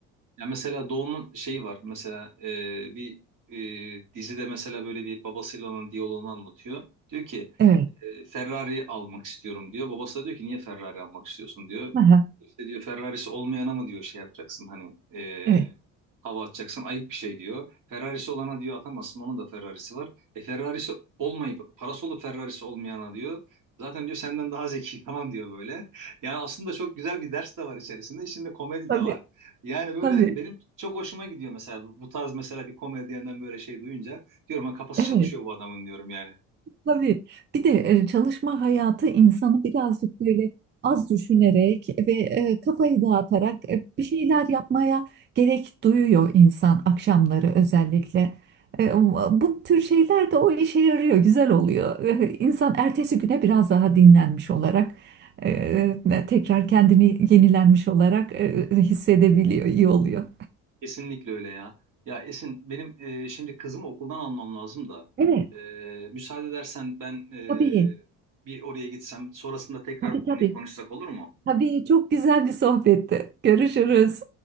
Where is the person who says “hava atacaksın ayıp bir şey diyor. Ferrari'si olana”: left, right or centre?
Right